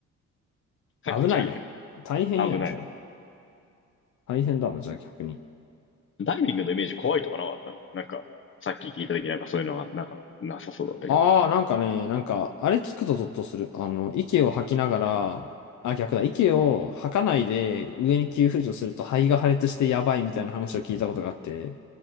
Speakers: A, on the left; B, on the left.
A: 避けちゃうよ。
B: 危ないやん。大変やんじゃん
A: 危ない。
B: 大変だもん、じゃあ逆に。
A: ダイビングのイメージ怖いとかなかったのなんか、さっき聞いた時なんかそういうのはなんかなさそうだったけど。
B: ああ、なんかね、なんか、あれ聞くとゾッとする。あの、息を吐きながら、あ、逆だ、息を吐かないで上に急浮上すると肺が破裂してやばいみたいな話を聞いたことがあって、